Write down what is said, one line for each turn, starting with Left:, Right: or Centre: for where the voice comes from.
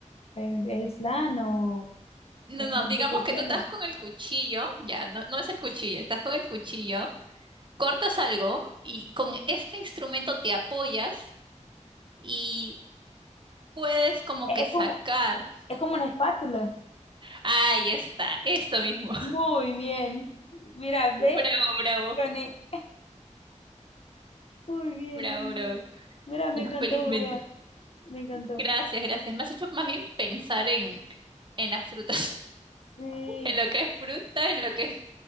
Left: eh, el flan o,
Right: No,
Left: o
Right: no, digamos
Left: de cualquiera.
Right: que tú estás con el cuchillo, ya, no, no es el cuchillo, estás con el cuchillo, cortas algo y con este instrumento te apoyas y puedes como
Left: E,
Right: que
Left: Es
Right: sacar.
Left: como, es como una espátula.
Right: Ahí está, eso mismo. <laughs>
Left: Muy bien. Mira, ve,
Right: Bravo, bravo,
Left: gané. Muy bien,
Right: bravo,
Left: muy bien.
Right: bravo.
Left: Mira, me
Right: Ya,
Left: encantó
Right: felizmente.
Left: jugar. Me encantó.
Right: Gracias, gracias. Me has hecho más bien pensar en, en las frutas, <laughs>
Left: Sí,
Right: en lo que es fruta, en lo que es,